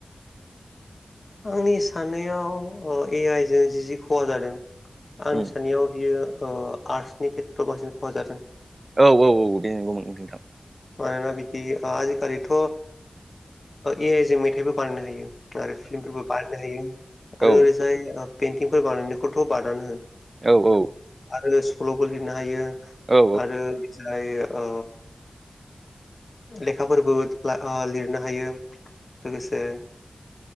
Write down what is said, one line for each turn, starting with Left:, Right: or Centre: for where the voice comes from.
Left: आंनि साननायाव ओ ए आइ जों जि जि खहा जादों आंनि
Right: उम
Left: साननायाव बियो ओ आर्ट्सनि खेथ्रआव बांसिन खहा जादों।
Right: औ औ औ बे नंगौमोन नोंथां।
Left: मानोना बिदि ओ आजिखालिथ' ओ ए आइ जों मेथाइबो बानायनो हायो। आरो फिलिमफोरबो बानायनो हायो
Right: औ
Left: आरो ओरैजाय पेइन्टिंफोर बानायनायखौथ' बादानो हो।
Right: औ औ।
Left: आरो सल'बो लिरनो हायो
Right: औ
Left: आरो जाय ओ लेखाफोरबो ओ ला लिरनो हायो लोगोसे।